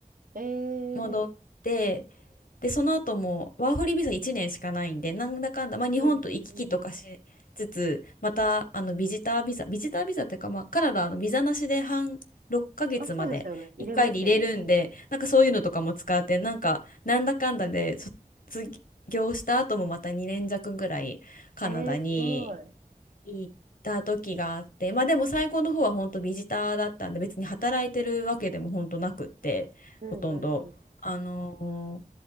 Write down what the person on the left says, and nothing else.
戻って、
で、その後もワーホリビザ1年しかないんで、なんだかんだ、まあ、日本と行き来とかしつつ、
またあのビジタービザ、ビジタービザっていうか、まあ、カナダはあのビザなしで半6ヶ月まで1回で入れるんで、
なんかそういうのとかも使って、なんかなんだかんだで卒業した後もまた2年弱ぐらいカナダに。
行った時があって、まあでも最後の方は本当ビジターだったんで、別に働いてるわけでも本当なくって、
ほとんど、あのー